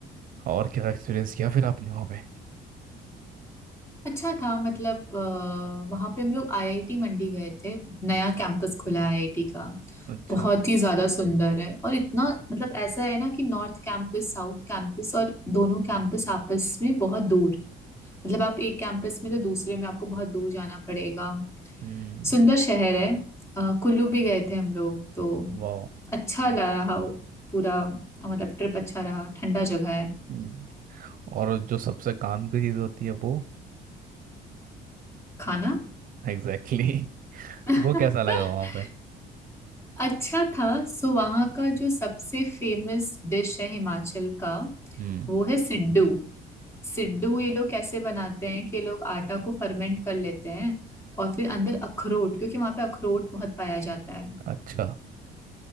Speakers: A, on the right; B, on the left.
A: और क्या एक्सपीरियंस किया फिर आपने वहाँ पे
B: अच्छा था मतलब वहां पे हम लोग आईआईटी मंडी गए थे नया कैंपस खुला है आईआईटी का
A: अच्छा
B: बहुत ही ज्यादा सुंदर है और इतना मतलब ऐसा है ना कि नॉर्थ कैंपस साउथ कैंपस और दोनों कैंपस आपस में बहुत दूर मतलब आप एक कैंपस में तो दूसरे में आपको बहुत दूर जाना पड़ेगा
A: हम्म
B: सुंदर शहर है अ, कुल्लू भी गए थे हम लोग तो
A: वाह
B: अच्छा लगा रहा वो पूरा मतलब ट्रिप अच्छा रहा ठंडा जगह है
A: हम्म, और जो सबसे काम की चीज़ होती है वो
B: खाना
A: Exactly exactly.
B: <laughs>
A: <laughs> वो कैसा लगा वहाँ पे
B: अच्छा था सो वहां का जो सबसे फेमस डिश है हिमाचल का
A: हम्म।
B: वो है सिड्डू सिड्डू ये लोग कैसे बनाते हैं कि ये लोग आटा को फर्मेंट कर लेते हैं और फिर अंदर अखरोट क्योंकि वहां पे अखरोट बहुत पाया जाता है
A: अच्छा